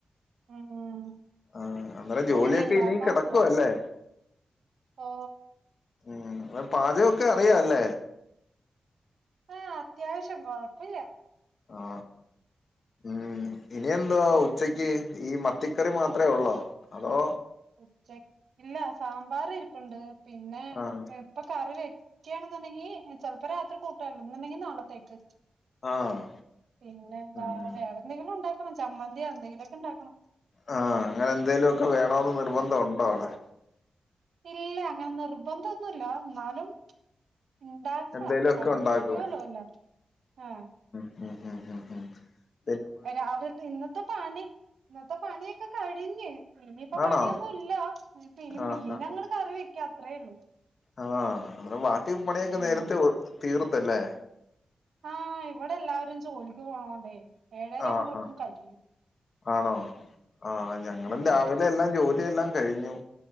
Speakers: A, on the right; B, on the left.
A: ഉം
B: ആ അന്നേരെ ജോലിയൊക്കെ
A: അതിനി ഉണ്ടാക്കാൻ
B: ഇനി കിടക്കുവ
A: പോവാ
B: അല്ലേ
A: ഓ
B: ഉം അ പാചകൊക്കെ അറിയല്ലേ
A: ആ അത്യാവശ്യം കൊഴപ്പില്ല
B: ആ ഉ ഇനിയന്ത ഉച്ചയ്ക്ക്
A: ഉം
B: ഈ മ ത്തിക്കറി മാത്രമേ ഉള്ളോ അതോ
A: ഉച്ച ഇല്ല സാമ്പാർ ഇരിപ്പു ണ്ട് പിന്നെ
B: ആഹ്
A: ഇപ്പൊ കറി വെ ഒക്കെയണെന്നുണ്ടെങ്കി ചെലപ്പോ രാത്രി കൂട്ടല്ലോ എന്നുണ്ടെങ്കിൽ നാളത്തേക്ക്
B: ആഹ്
A: പിന്നെ എന്താ
B: ഉം
A: വേറെ എന്തെങ്കിലും ഉണ്ട ചമ്മന്തി എന്തെങ്കിലുംഒ ക്കെ ഉണ്ടാക്കണം
B: ആ അങ്ങനെ എന്തേലും ഒക്കെ വേ ന്ന് നിർബന്ധം
A: ഉം
B: ഉ ണ്ടോ അവിടെ
A: ഇല്ല അങ്ങനെ നിർബന്ധൊന്നുല്ല എന്നാലും ഇണ്ടാക്കാ
B: എന്തേലും ഒക്കെ
A: കാഴിക്കോലോല്ലാം
B: ഉണ്ടാക്കുവോ
A: ആ
B: ഉ ഉ
A: രാവിലത്തെ ഇന്നത്തെ പണി ഇന്നത്തെ പണിയൊക്കെ കഴിഞ്ഞ് ഇനിയിപ്പ
B: ആണോ
A: പണിയൊന്നും ഇല്ല ഇപ്പ ഈ
B: ആഹ്
A: മീനങ്ങ കറിവ ക്ക്‌ അത്രേയള്ളൂ
B: ആ അനേരം വ ടി പണിയൊക്കെ
A: ഉം
B: നേരത്തെ തീർ ത ല്ലേ
A: ആ ഇവിടെ എല്ലാവരും ജോലിക്ക് പോണോണ്ടേ ഏഴ രാക്കും
B: ആഹ്
A: പൊഴേക്കും
B: ആഹ്
A: കഴിയും
B: ആണോ ആ ഞങ്ങളും
A: ഉം
B: രാവിലെ എല്ലാം ജോലി എല്ലാം കഴിഞ്ഞു